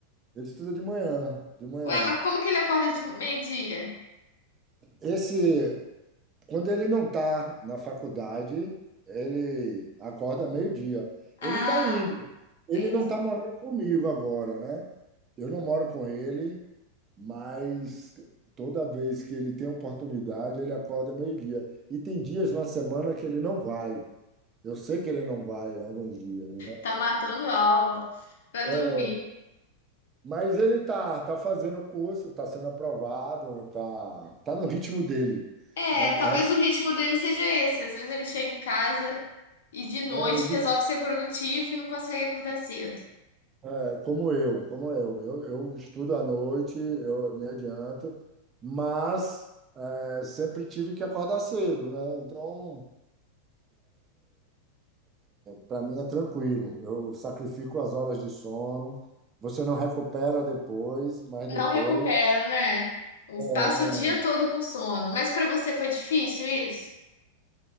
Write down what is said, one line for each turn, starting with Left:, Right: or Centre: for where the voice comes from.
Right: Ele estuda de manhã, de manhã.
Left: Ué, mas como que ele acorda de meio-dia?
Right: Esse, quando ele não está na faculdade, ele acorda meio-dia.
Left: Ah,
Right: Ele está indo. Ele
Left: entendi.
Right: não está morando comigo agora, né? Eu não moro com ele. mas toda vez que ele tem oportunidade, ele acorda meio-dia. E tem dias na semana que ele não vai. Eu sei que ele não vai alguns dias, né?
Left: Tá matando aula pra dormir.
Right: É, mas ele tá, tá fazendo o curso, tá sendo aprovado, tá, tá no ritmo dele.
Left: É,
Right: É,
Left: talvez o ritmo dele seja esse. Às vezes ele chega em casa e de noite
Right: é, é, de-
Left: resolve ser produtivo e não consegue acordar cedo.
Right: é, como eu, como eu. Eu, eu estudo à noite, eu me adianto, mas é, sempre tive que acordar cedo, né? Então, Para mim é tranquilo. Eu sacrifico as horas de sono. Você não recupera depois, mas
Left: Não
Right: depois
Left: recupera, né? O-
Right: é,
Left: Passa
Right: não.
Left: o dia todo com sono. Mas pra você foi difícil isso?